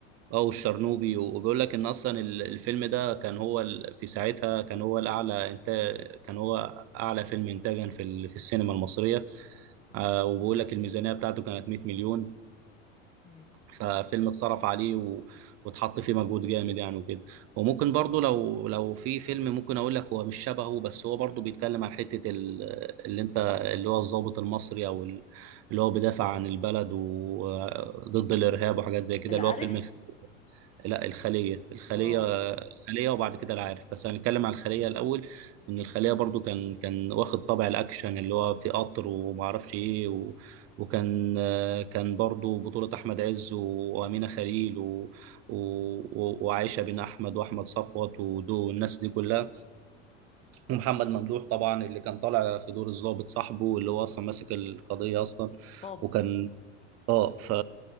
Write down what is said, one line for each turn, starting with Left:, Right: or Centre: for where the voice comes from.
Right: اه والشرنوبي وبيقول لك ان اصلا ال- الفيلم ده كان هو ال... في ساعتها كان هو الاعلى انتاج كان هو اعلى فيلم انتاجا في ال... في السينما المصريه آه وبيقول لك الميزانيه بتاعته كانت 100 مليون
Left: مم.
Right: ففيلم اتصرف عليه و... واتحط فيه مجهود جامد يعني وكده وممكن برضو لو لو في فيلم ممكن اقول لك هو مش شبهه بس هو برضو بيتكلم عن حته ال... اللي انت اللي هو الضابط المصري او ال... اللي هو بيدافع عن البلد وضد الارهاب وحاجات زي كده
Left: العارف
Right: اللي هو فيلم لا الخلية الخلية
Left: اه
Right: الخلية وبعد كده العارف بس هنتكلم على الخلية الأول إن الخلية برضو كان كان واخد طابع الأكشن اللي هو في قطر وما أعرفش إيه و... وكان آه، كان برضو بطولة أحمد عز و- وأمينة خليل و... و... و- وعائشة بن أحمد وأحمد صفوت ودو والناس دي كلها ومحمد ممدوح طبعا اللي كان طالع في دور الضابط صاحبه اللي هو أصلا ماسك القضية أصلا
Left: صابر
Right: وكان اه ف...